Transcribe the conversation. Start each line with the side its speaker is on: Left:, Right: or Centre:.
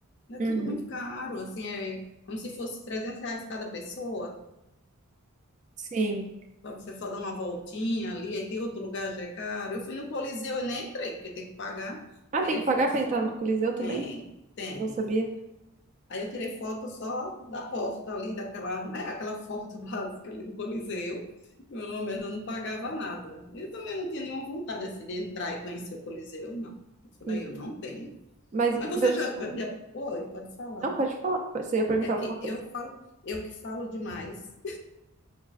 Left: É
Right: Uhum.
Left: tudo muito caro, assim, é como se fosse 300 reais cada pessoa,
Right: Sim.
Left: para você só dar uma voltinha ali, aí tem outro lugar já é caro. Eu fui no Coliseu e nem entrei, porque tem que pagar.
Right: Ah,
Left: Tirei
Right: tem que pagar
Left: foto
Right: pra
Left: só.
Right: entrar no Coliseu também?
Left: Tem, tem.
Right: Não sabia.
Left: Aí eu tirei foto só da porta ali, daquela, né, aquela foto <laughs> básica ali do Coliseu. Pelo menos eu não pagava nada. Eu também não tinha nenhuma vontade assim, de entrar e conhecer o Coliseu, não. Isso
Right: Sim.
Left: daí eu não tenho.
Right: Mas
Left: Mas você
Right: meu
Left: já,
Right: sonho.
Left: já... Oi, pode falar.
Right: Não, pode falar. Você ia perguntar
Left: É que
Right: alguma coisa.
Left: eu falo, eu que falo demais.